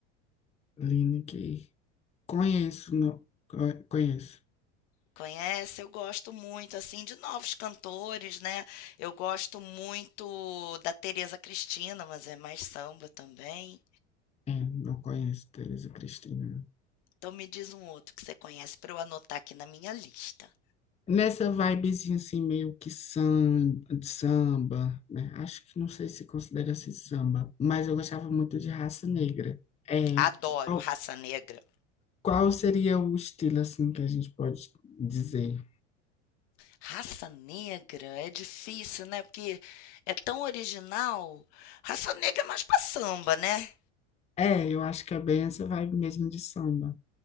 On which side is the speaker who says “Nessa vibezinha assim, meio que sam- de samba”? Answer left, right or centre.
Left